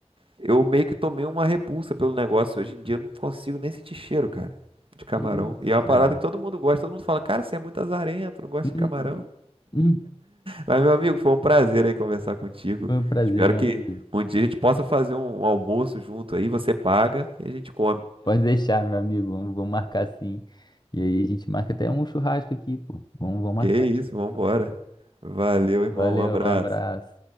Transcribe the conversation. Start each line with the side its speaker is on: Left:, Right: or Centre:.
Right: Eu meio que tomei uma repulsa pelo negócio. Hoje em dia eu não consigo nem sentir cheiro, cara, de camarão.
Left: Que isso,
Right: E é uma
Left: cara.
Right: parada que todo mundo gosta. Todo mundo fala, cara, você é muito azarento, não gosta
Left: Uhum.
Right: de camarão.
Left: Uhum.
Right: Mas, meu amigo, foi um prazer aí conversar contigo.
Left: Foi um prazer,
Right: Espero
Left: meu
Right: que
Left: amigo.
Right: um dia a gente possa fazer um almoço junto aí. Você paga e a gente come.
Left: Pode deixar, meu amigo. Vamos, vamos marcar sim. E aí a gente marca até um churrasco aqui, pô. Vamos, vamos marcar.
Right: Que isso, vambora. Valeu, irmão.
Left: Valeu,
Right: Um abraço.
Left: um abraço.